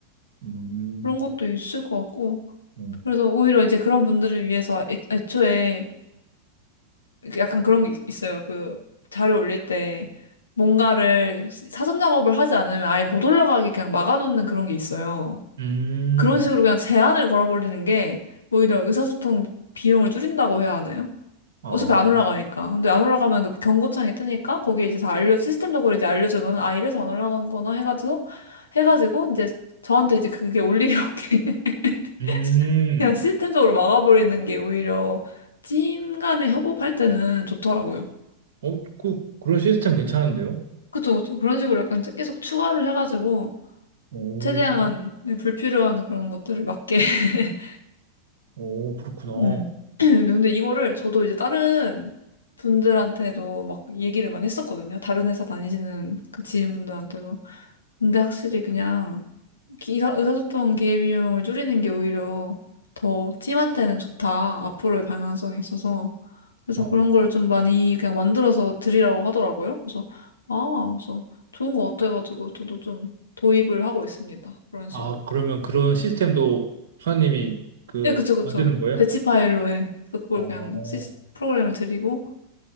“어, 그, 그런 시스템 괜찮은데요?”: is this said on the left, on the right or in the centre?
Right